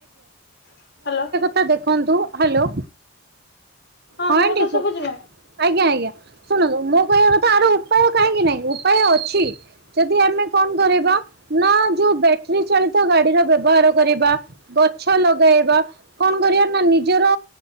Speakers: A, on the left (about 50°); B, on the right (about 45°).
A: ହାଲୋ।
B: ସାର୍ ଦେଖନ୍ତୁ ହାଲୋ। ହଁ
A: ମୋ
B: <unintelligible> ଆଜ୍ଞା
A: କଥା ଶୁଭୁଛି ମା?
B: ଆଜ୍ଞା। ଶୁଣନ୍ତୁ ମୁଁ କହିବା କଥା ଆରୁ ଉପାୟ କାହିଁକି ନାହିଁ, ଉପାୟ ଅଛି। ଯଦି ଆମେ କଣ କରିବା ନା ଯୋଉ ବ୍ୟାଟେରୀ ଚାଳିତ ଗାଡିର ବ୍ୟବହାର କରିବା ଗଛ ଲଗେଇବା। କଣ କରିବା ନା ନିଜର